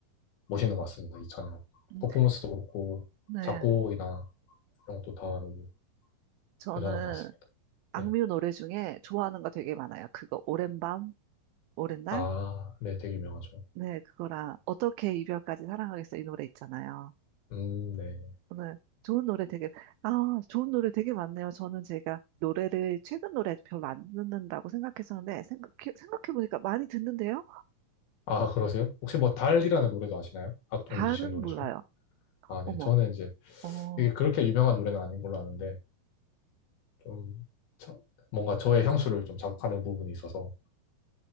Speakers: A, on the left; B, on the right.
A: 멋있는 것 같습니다. 이찬혁
B: 음,
A: 퍼포먼스도 그렇고
B: 네.
A: 작곡이나 이런 것도 다 너무
B: 저는
A: 대단한 것 같습니다.
B: 악뮤
A: 네.
B: 노래 중에 좋아하는 거 되게 많아요. 그거 오랜 밤, 오랜 날?
A: 아, 네, 되게 유명하죠.
B: 네, 그거랑 어떻게 이별까지 사랑하겠어 이 노래 있잖아요.
A: 음, 네.
B: 오늘 좋은 노래 되게 아, 좋은 노래 되게 많네요. 저는 제가 노래를 최근 노래 별로 안 듣는다고 생각했었는데 생각, 생각해 보니까 많이 듣는데요.
A: 아, 그러세요? 혹시 뭐 달이라는 노래도 아시나요? 악동
B: 달은
A: 뮤지션 노래
B: 몰라요.
A: 중에? 아, 네.
B: 어머.
A: 저는 이제
B: 어.
A: 이게 그렇게 유명한 노래는 아닌 걸로 아는데 좀 저- 뭔가 저의 향수를 좀 자극하는 부분이 있어서